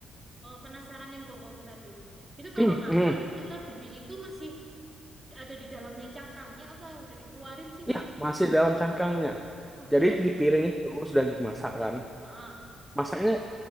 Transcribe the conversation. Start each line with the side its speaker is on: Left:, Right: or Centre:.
Right: eh, penasaran yang gonggong tadi. Itu kalau
Centre: Mm,
Right: makan
Centre: mm.
Right: kita beli itu masih ada di dalamnya cangkangnya apa udah dikeluarin sih
Centre: ya
Right: sama
Centre: masih dalam cangkangnya.
Right: wah
Centre: Jadi
Right: terus
Centre: di piring itu sudah dimasak kan.
Right: ah
Centre: Masaknya